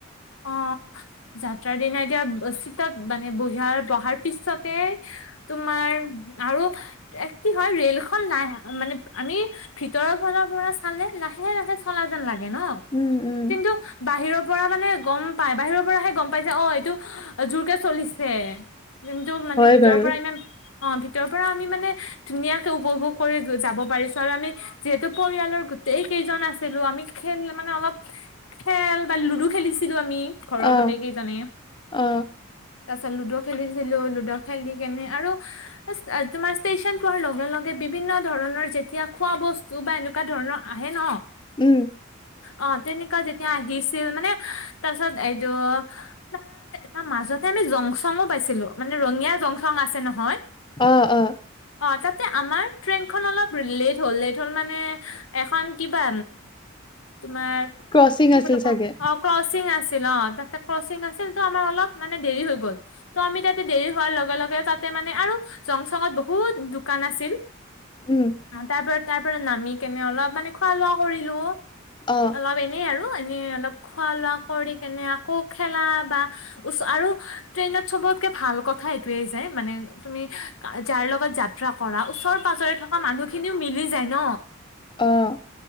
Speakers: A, on the left (about 85°); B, on the left (about 25°).
A: অহ' যাত্ৰাৰ দিনা এতিয়া চিটত মানে বহিয়া বহাৰ পিছতে তোমাৰ আৰু এক কি হয় ৰে'ল খন লাহ মানে আমি ভিতৰৰ ফালৰ পৰা চালে লাহে - লাহে চলা যেন লাগে। ন
B: উম উম
A: কিন্তু বাহিৰৰ পৰা মানে গম পাই বাহিৰৰ পৰাহে গম পাইছে অহ' এইটো জোৰকে চলিছে। কিন্তু মানে
B: হয়
A: ভিতৰৰ
B: বাৰু
A: পৰা ইমান অহ'ভিতৰৰ পৰা আমি মানে ধুনীয়াকে উপভোগ কৰি যাব পাৰিছো আৰু আমি যিহেতু পৰিয়ালৰ গোটেই কেইজন আছিলো আমি খেল মানে অলপ খেল বা লুডু খেলি ছিলো আমি। ঘৰৰ
B: অ
A: গোটেই কেইজনে।
B: অ
A: তাৰ পাছত লুডো খেলিছিলো লুডো খেলি কেনে আৰু তোমাৰ ষ্টেচন পোৱাৰ লগে লগে বিভিন্ন ধৰণৰ যেতিয়া খোৱা বস্তু বা এনেকুৱা ধৰণৰ আহে ন।
B: উম।
A: অ', তেনেকুৱা যেতিয়া আহিছিল মানে তাৰপিছত এইটো, তাৰ তাৰ মাজতে আমি জংছংউ পাইছিলো, মানে ৰঙিয়া জংছং আছে নহয়।
B: অ', অ'।
A: অ', তাতে আমাৰ ট্ৰেইনখন অলপ লেট হ'ল লেট হ'ল মানে এখন কিবা তোমাৰ,
B: ক্ৰচিং
A: কি
B: আছিল
A: বুলি কওঁ
B: চাগে
A: অ', ক ক্ৰচিং আছিল অ', তাতে ক্ৰচিং আছিল ত' আমাৰ অলপ মানে দেৰি হৈ গ'ল ত' আমি তাতে দেৰি হোৱাৰ লগে লগে তাতে মানে আৰু জংচঙত বহুত দোকান আছিল।
B: উম
A: অ', তাৰপ তাৰ পৰা নামি কেনে অলপ মানে খোৱা লোৱা কৰিলো।
B: অ
A: অলপ এনেই আৰু। এনেই, অলপ খোৱা লোৱা কৰি কেনে আকৌ খেলা বা চ আৰু ট্ৰেইনত চবতকে ভাল কথা এইটোয়ে যে মানে তুমি যাৰ লগত যাত্ৰা কৰা ওচৰে পাজৰে থকা মানুহ খিনিও মিলি যায় ন।
B: অ'।